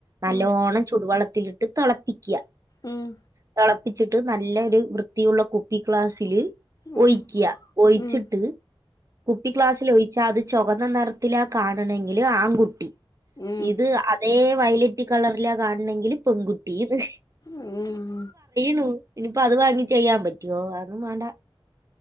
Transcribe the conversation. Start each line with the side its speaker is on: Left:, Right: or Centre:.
Right: നല്ലോണം
Left: ഉം
Right: ചൂടുവെള്ളത്തിലിട്ട് തിളപ്പ ക്യ
Left: ഉം
Right: <unintelligible> ച്ചിട്ട് നല്ലൊരു വൃത്തിയുള്ള കുപ്പിക്ലാസ്സില്
Left: ഉം
Right: ഒഴിക്ക്യ ഒയിച്ചിട്ട്
Left: ഉം
Right: കുട്ടി ക്ലാസ്ൽ ഒഴിച്ചാ അത് ചുവന്ന നിറത്തിലാ കാണണങ്കില് ആൺകുട്ടി
Left: ഉം
Right: ഇത് അതേ വയലറ്റ് കളറിലാ കാണണങ്കിൽ പെൺകുട്ടീ ന്ന്
Left: ഊം
Right: ണു ഇനിയിപ്പ അത് വാങ്ങി ചെയ്യാൻ പറ്റോ അ ഒന്നും വാണ്ട